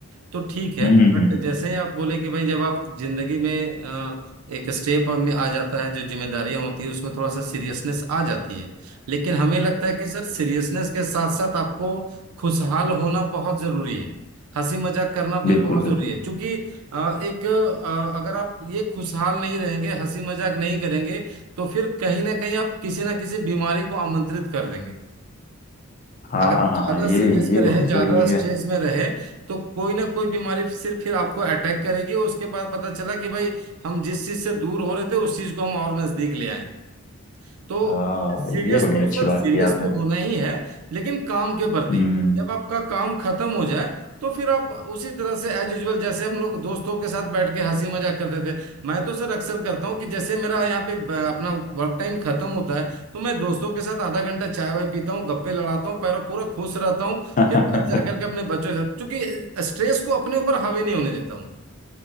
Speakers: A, on the right; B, on the left.
A: तो ठीक है
B: हम्म हम्म
A: बट
B: हम्म हम्म।
A: जैसे ही आप बोले कि भाई जब आप जिंदगी में अ, एक स्टेप में आ जाता है जो जिम्मेदारियां होती है उसमें थोड़ा सा सीरियसनेस आ जाती है लेकिन हमें लगता है कि सर सीरियसनेस के साथ साथ आपको खुशहाल होना बहुत जरूरी है हंसी मजाक करना भी
B: बिल्कुल
A: बहुत
B: बिल्कुल
A: जरूरी है क्योंकि अ, एक अ, अगर आप ये खुशहाल नहीं रहेंगे हंसी मजाक नहीं करेंगे तो फिर कहीं ना कहीं आप किसी ना किसी बीमारी को आमंत्रित कर देंगे
B: हाँ
A: अगर ज्यादा
B: ये
A: सीरियस
B: ये
A: में रहे
B: बहुत
A: ज्यादा
B: जरूरी
A: स्ट्रेस
B: है
A: में रहे तो कोई ना कोई बीमारी सिर्फ फिर आपको अटैक करेगी उसके बाद पता चला कि भाई हम जिस चीज से दूर हो रहे थे उस चीज को हम और नजदीक ले आए तो
B: हाँ
A: सीरियस
B: ये बड़ी
A: तो
B: अच्छी
A: सर
B: बात
A: सीरियस
B: की आपने
A: तो होना ही है लेकिन काम के प्रति
B: हम्म
A: जब आपका काम खत्म हो जाए तो फिर आप उसी तरह से एज यूजल जैसे हम लोग दोस्तों के साथ बैठ के हंसी मजाक करते थे मैं तो सर अक्सर करता हूँ कि जैसे मेरा यहाँ पे ब- अपना वर्क टाइम खत्म होता है तो मैं दोस्तों के साथ आधा घंटा चाय वाय पीता हूँ गप्पे लड़ाता हूँ पैर पूरा खुश रहता हूँ
B: <laughs>
A: फिर घर जाकर के अपने बच्चों के साथ क्योंकि स्ट्रेस को अपने ऊपर हावी नहीं होने देता हूँ